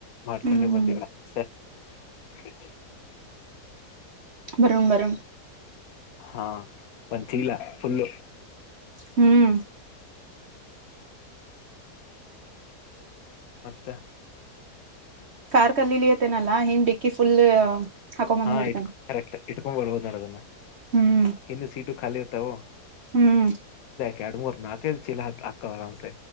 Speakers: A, on the left; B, on the right.
A: ಮಾಡ್ಕೊಂಡೆ
B: ಹ್ಮ್ ಹ್ಮ್
A: ಬಂದಿಲ್ಲ ಸ ಕೀ
B: ಬರಂ ಬರ
A: ಹಾ ಒಂತಲ್ಲ ಫುಲ್ಲ
B: ಹ್ಮ್
A: ಮತ್ತೆ
B: ಕಾರ್ ಕಲ್ಲಿಲಿ ಅತೆೇನಲ್ಲಾ ಹನ್್ ಡಿಕ್ಕಿ ಫುಲ್ ಹಾಕೊಂಡ್ ಬಂದ್
A: ಹಾ
B: ಬಿಡ್ತೇನೆ
A: ಇಟ್ಕ ಕರೆಕ್ಟ್ ಇಟ್ಕೊಂಡ್ ಬರ್ಬೋದ ನಡ ಅದನ್ನ
B: ಹ್ಮ್
A: ಹಿಂದ ಸೀಟು ಖಾಲಿ ಇರ್ತಾವ
B: ಹ್ಮ್
A: ಕೆಡಮರ ನಾಕ ಚಿಲ್ಲ ಹ ಆಕ್ಕ ಆರಾಮ ಸ